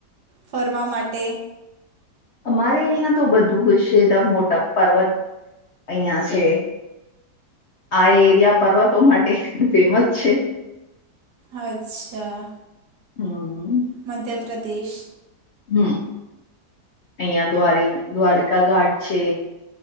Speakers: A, on the right; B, on the left.
A: ફરવા માટે
B: અમારે અહિયાં તો બધું હુ છે ત મોટા પર્વત અહં છે. આ એરિયા પર્વતો માટે ફેમસ છે.
A: અચ્છા
B: હા
A: મધ્યપ્રદેશ
B: હમ અહિયાં દ્વાર દ્વારિકા ઘાટ છે.